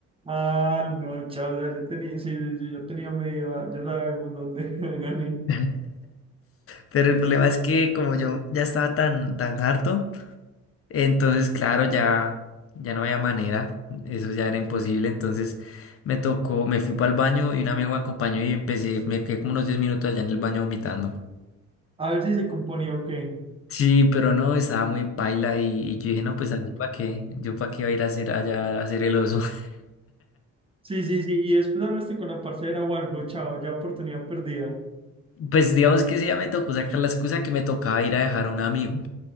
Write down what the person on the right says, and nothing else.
Ah, no, chaval, ya tenía, sí, sí, sí, ya tenía medio, ah, ya sabemos dónde <laughs> gané.
A ver si se componía o qué.
Sí, sí, sí, y después hablaste con la parcera o algo, chao, ya oportunidad perdida.